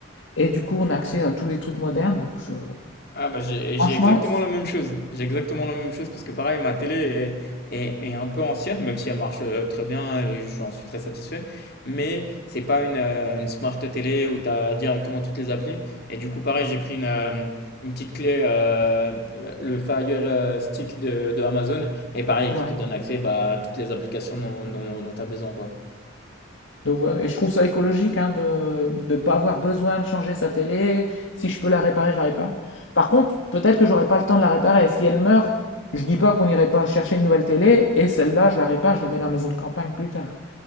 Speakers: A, on the left; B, on the left.
A: Et du coup, on a accès à tous les trucs modernes. Donc, ça-
B: Ah bah j'ai j'ai
A: franchement,
B: exactement la même chose. J'ai exactement
A: ouais.
B: la même chose parce que pareil, ma télé est, est- est un peu ancienne, même si elle marche euh, très bien et j'en suis très satisfait. Mais c'est pas une, euh, une smart télé où tu as directement toutes les applis. Et du coup, pareil, j'ai pris une, euh, une petite clé, euh, le Fire euh, Stick de, de Amazon, et pareil,
A: ouais.
B: qui te donne accès bah, à toutes les applications dont, dont, tu as besoin, quoi.
A: Donc voilà. Et je trouve ça écologique hein, de ne pas avoir besoin de changer sa télé. Si je peux la réparer, je la répare. Par contre, peut-être que j'aurai pas le temps de la réparer. Si elle meurt, je dis pas qu'on n'irait pas chercher une nouvelle télé et celle-là, je la répare, je la mets dans la maison de campagne plus tard.